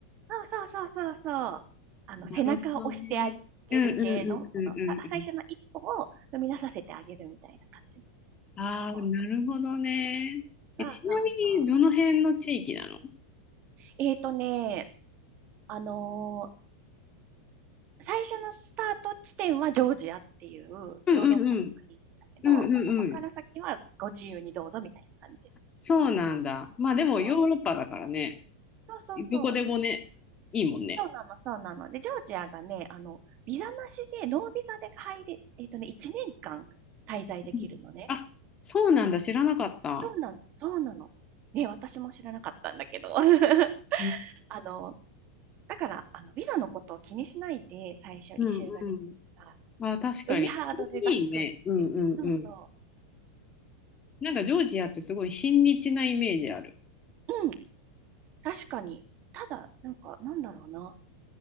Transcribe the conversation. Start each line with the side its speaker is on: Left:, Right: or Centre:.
Right: そうそうそうそうそう。あの背中を押してあげる系の、
Left: なるほどね。うんうんうんうんうんうん。
Right: このさ最初の一歩を踏み出させてあげるみたいな感じの
Left: ああ、
Right: サポート。
Left: なるほどね。え、
Right: そうそうそう。
Left: ちなみに、どの辺の地域なの
Right: えーとね、あのー最初のスタート地点はジョージアっていうヨーロッパの国なんだけど、
Left: うんうんうん。うんうんうん。
Right: そこから先はご自由にどうぞみたいな感じ。
Left: そうなんだ。まあでもヨーロッパだからね。
Right: そうそうそうそう。
Left: どこでもね、いいもんね。
Right: そうなの、そうなの。で、ジョージアがね、あの、ビザなしで、ノービザで入れ、えーとね、1年間滞在できるのね。
Left: うんあ、そうなんだ。知らなかった。
Right: そうなの、そうなの。ね、私も知らなかったんだけど。<laughs> あ
Left: うん
Right: の、だから、あの、ビザのことを気にしないで最初移住ができるから
Left: うんうん。まあ確かに。
Right: よりハードルが低いっていう。
Left: いいね。うんうんうん。
Right: そうそ
Left: なんかジョージアってすごい親日なイメージある。
Right: う。うん、確かに。ただ、なんか、なんだろうな。